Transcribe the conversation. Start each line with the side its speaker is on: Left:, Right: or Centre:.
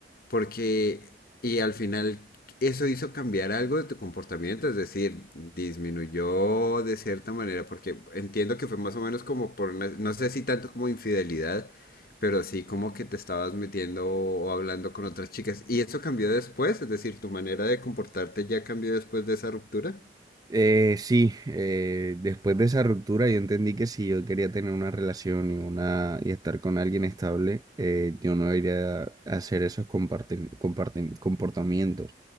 Left: Porque, y al final eso hizo cambiar algo de tu comportamiento, es decir, disminuyó de cierta manera, porque entiendo que fue más o menos como por, una- no sé si tanto como infidelidad, pero sí como que te estabas metiendo o hablando con otras chicas. Y eso cambió después, es decir, tu manera de comportarte ya cambió después de esa ruptura.
Right: Eh, sí, eh, después de esa ruptura yo entendí que si yo quería tener una relación y, una, y estar con alguien estable, eh, yo no iría a hacer esos comparti- comparti- comportamientos.